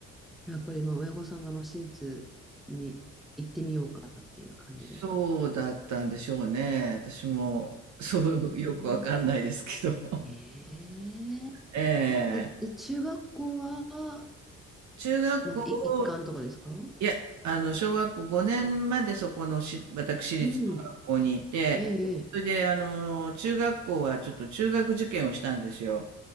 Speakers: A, in the centre; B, on the right.
A: やっぱりまあ親御さんがまあ私立に行ってみようかっていう感じで。
B: そうだったんでしょうね。私も、そう、
A: うん
B: よくわかんないですけど。
A: えー、
B: <laughs> ええ。
A: え、で、中学校は、
B: 中学校を、
A: なんかい一貫とかですか
B: いや、あの、小学校5年までそこのし、私立の学校にいて、
A: うん。ええ、ええ。
B: それで、あの、中学校はちょっと中学受験をしたんですよ。